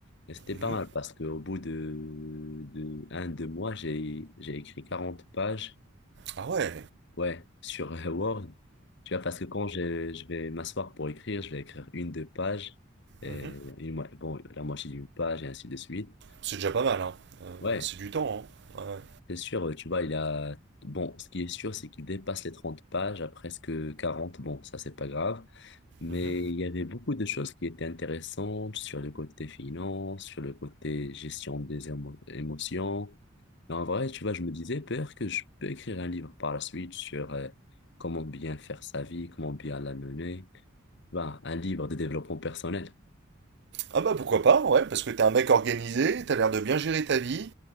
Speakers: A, on the left; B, on the right.
A: Et c'était pas
B: Mhm.
A: mal parce qu'au bout de, de un, deux mois, j'ai, j'ai écrit quarante pages
B: Ah ouais,
A: Ouais, sur euh, Word. Tu vois, parce que quand je, je vais m'asseoir pour écrire, je vais écrire une, deux pages, et
B: Mhm.
A: une, mo- bon, la moitié d'une page, et ainsi de suite.
B: c'est déjà pas mal, hein. Euh,
A: Ouais,
B: c'est du temps, hein. Ouais. ouais.
A: c'est sûr, euh, tu vois, il a... Bon, ce qui est sûr, c'est qu'il dépasse les trente pages à presque quarante Bon, ça, c'est pas grave. Mais
B: Mhm.
A: il y avait beaucoup de choses qui étaient intéressantes sur le côté finance, sur le côté gestion des émo- émotions. Mais en vrai, tu vois, je me disais, peur que je peux écrire un livre par la suite sur euh, comment bien faire sa vie, comment bien la mener. Ben, un livre de développement personnel.
B: Ah bah pourquoi pas, ouais, parce que t'es un mec organisé, t'as l'air de bien gérer ta vie.